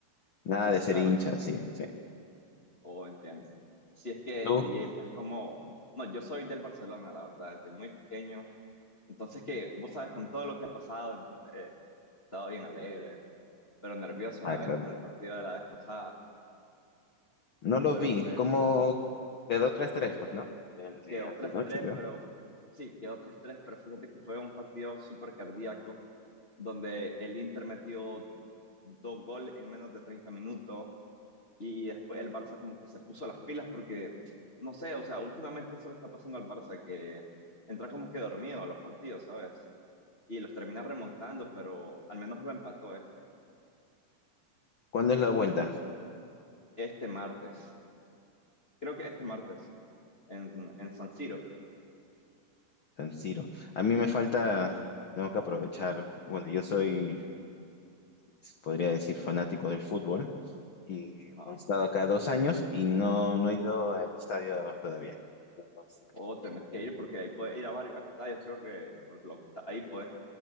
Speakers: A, on the left; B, on the left.
A: nada de ser
B: claro,
A: hincha, sí, sí.
B: o entiendo. Si es que,
A: ¿Tú?
B: y estás como, no, yo soy del Barcelona, la verdad, desde muy pequeño. Entonces que, vos sabes, con todo lo que ha pasado, entonces eh, he estado bien alegre, pero nervioso
A: Ah,
B: a la
A: claro.
B: vez con el partido de la vez pasada.
A: No lo
B: Pero
A: vi,
B: pues
A: como quedó tres tres pues, ¿no? El de
B: quedó
A: Alto
B: tres
A: Noche,
B: tres,
A: creo.
B: pero sí, quedó tres tres. pero fíjate que fue un partido súper cardíaco, donde el Inter metió dos goles en menos de treinta minutos Y después el Barça como que se puso las pilas porque, no sé, o sea, últimamente eso le está pasando al Barça, que entra como que dormido a los partidos, ¿sabes? Y los termina remontando, pero al menos lo empató eh,
A: ¿Cuándo es la vuelta?
B: este martes. Creo que este martes, en, en San Siro.
A: San Siro. A mí me falta, tengo que aprovechar, bueno, yo soy, se podría decir, fanático del fútbol y he
B: Ajá.
A: estado acá dos años y no, no he ido al estadio todavía. Entonces,
B: O tenés que
A: eh,
B: ir porque ahí puedes ir a varios estadios, creo que, porque lo que está ahí puedes